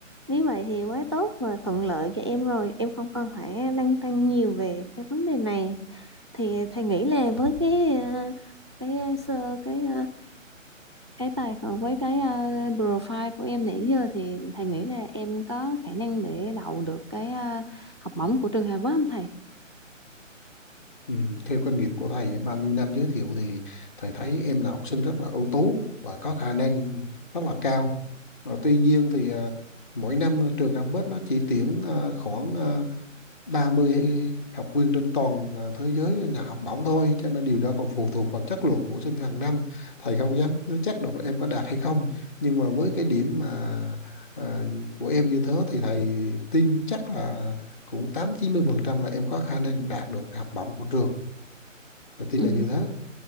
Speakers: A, on the right; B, on the left.
A: Nếu vậy thì quá tốt và thuận lợi cho em rồi. Em không còn phải lăn tăn nhiều về cái vấn đề này. Thì thầy nghĩ là với cái ờ, cái ờ, sơ cái ờ, cái tài khoản với cái ờ, profile của em nãy giờ thì thầy nghĩ là em có khả năng để đậu được cái ờ, học bổng của trường Harvard không thầy?
B: Ừ, theo kinh nghiệm của thầy bao nhiêu năm giới thiệu thì thầy thấy em là học sinh rất là ưu tú và có khả năng rất là cao. Ờ, tuy nhiên thì à, mỗi năm trường Học Bách nó chỉ tuyển à, khoảng à, 30 hay học viên trên toàn à, thế giới nhận học bổng thôi cho nên điều đó còn phụ thuộc vào chất lượng của sinh hàng năm. Thầy không dám nói chắc được là em có đạt hay không nhưng mà với cái điểm mà à, của em như thế thì thầy tin chắc là cũng tám chín mươi phần trăm là em có khả năng đạt được học bổng của trường tôi tin
A: Ừ,
B: là như thế